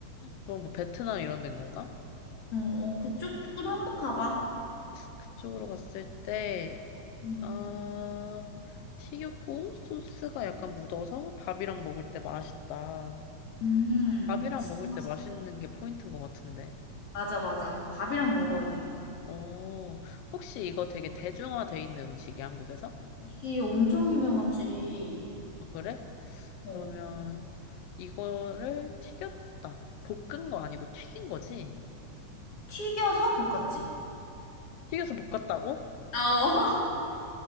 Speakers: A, on the left; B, on the left.
A: 그럼 뭐 베트남 이런 데인 건가?
B: 어, 어, 그쪽으로 한번 가봐.
A: 그쪽으로 갔을 때
B: 음,
A: 아, 튀겼고 소스가 약간 묻어서 밥이랑 먹을 때 맛있다.
B: 음,
A: 밥이랑
B: 진짜
A: 먹을
B: 맛있지.
A: 때 맛있는 게 포인트인 것 같은데.
B: 맞아, 맞아. 밥이랑 먹어야 돼.
A: 어, 혹시 이거 되게 대중화돼 있는 음식이 한국에서?
B: 이 엄청 유명하지.
A: 아, 그래?
B: 어,
A: 그러면 이거를 튀겼다. 볶은 거 아니고 튀긴 거지?
B: 튀겨서 볶았지.
A: 튀겨서 볶았다고?
B: 어. <laughs>